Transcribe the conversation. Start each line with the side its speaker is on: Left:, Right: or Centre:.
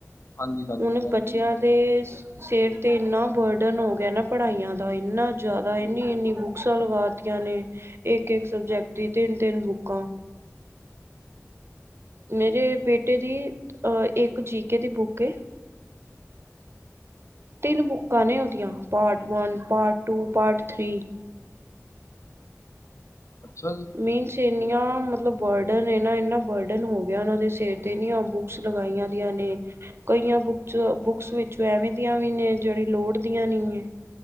Left: ਹਾਂਜੀ ਹਾਂਜੀ
Right: ਹੁਣ
Left: ਤੁਹਾਨੂੰ
Right: ਬੱਚਿਆਂ
Left: ਨਹੀਂ ਹੁੰਦੀਆਂ।
Right: ਦੇ। ਸਿਰ ਤੇ ਇੰਨਾ ਬਰਡਨ ਹੋ ਗਏ ਨਾ ਪੜ੍ਹਾਈਆਂ ਦਾ ਇੰਨਾ ਜਿਆਦਾ ਇਨੀ ਇਨੀ ਬੁਕਸਾ ਲਗਾ। ਨੇ ਇਕ ਇਕ ਸਬਜੈਕਟ ਦੀ ਤਿੰਨ ਤਿੰਨ ਬੁਕਾਂ। ਮੇਰੇ ਬੇਟੇ ਦੀ ਇੱਕ ਜੀਕੇ ਦੀ ਬੁੱਕ ਹ ਤਿੰਨ ਬੁੱਕਾਂ ਨੇ ਉਹਦੀਆਂ part one part two part three
Left: ਅੱਛਾ ਜੀ।
Right: ਮੀਨਸ ਏਨੀਆਂ ਮਤਲਬ ਬਰਡਨ ਏਨਾ-ਏਨਾ ਬਰਡਨ ਹੋ ਗਿਆ ਓਨਾਂ ਦੇ ਸਿਰ ਤੇ <unintelligible> <unintelligible> ਕਈਆਂ ਬੁੱਕਸ-ਬੁੱਕਸ ਵਿੱਚੋ ਐਵੇਂ ਦੀਆਂ ਵੀ ਨੇ ਜਿਹੜੀ ਲੋੜਦੀਆਂ ਨਹੀਂ ਹੈ।